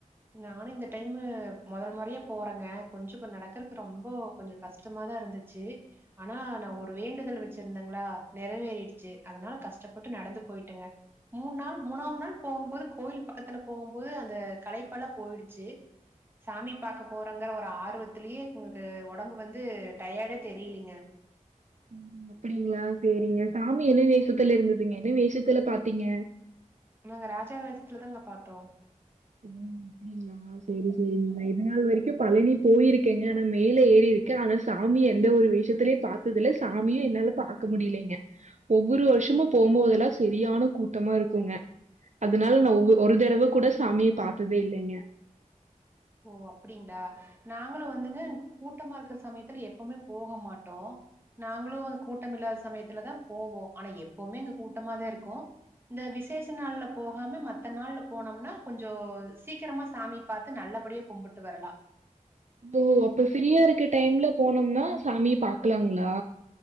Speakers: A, on the right (about 15°); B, on the right (about 60°).
A: நானு இந்த டைமு மொதல் மொறையா போறேங்க கொஞ்சோ தூர நடக்கறக்கு ரொம்போ கொஞ்சோ கஷ்டமாதா இருந்து ச்சு ஆனா நா ஒரு வேண்டுதல் வச்சிருந்தேங்களா நெறவேறிடுச்சு அதனால கஷ்டப்பட்டு நடந்து போயிட்டேங்க மூணு நாள் மூணாவது நாள் போகுபோது கோவில் பக்கத்துல போபோது அந்த கலைப் பல்லா போயிடுச்சு சாமி பாக்க போறங்ற ஒரு ஆர்வத்துலயே எனக்கு ஒடம்பு வந்து டயடே தெரிலிங்க
B: ம். அப்டிங்களா சேரிங்க சாமி என்ன வேஷத்துல இருந்ததுங்க என்ன வேஷத்துல பாத்தீங்க
A: நாங்க ராஜா வேசத்துல தாங்க பாத்தோ
B: உ ம் அப்டி ஆ சேரி சேரிங்க நா இது நாள் வரைக்கு பழனி போயிருக்கேங்க ஆனா மேல ஏறி இருக்கே ஆனா ஸ் சாமி எந்த ஒரு வேஷயத்தலயு பாத்தது இல்ல சாமியு என்னால பாக்க முடியலைங்க ஒவ்வொரு வருஷமு போபோதெல்லா செரியான கூட்டமா இருக்குங்க அதனால நா ஒவ் ஒரு தடவ கூட சாமிய பாத்ததே இல்லேங்க
A: ஓ அப்டிங்களா நாங்களு வந்துங்க கூட்டமா இருக்கிற சமயத்துல எப்போமே போக மாட்டோ நாங்களு அது கூட்ட மில்லாத சமயத்துலதா போவோ ஆனா எப்போவுமே அங்க கூட்டமாதா இருக்கு இந்த விசேஷ நாள்ல போகாம மத்த நாள்ல போனோம்னா கொஞ்சோ சீக்கிரமா சாமி பாத்து நல்லப் படியே கும்பிட்டு வரலா
B: ஓ அப்ப ஃப்ரீயா இருக்க டைம்ல போனோம்னா சாமிய பாக்லாங்களா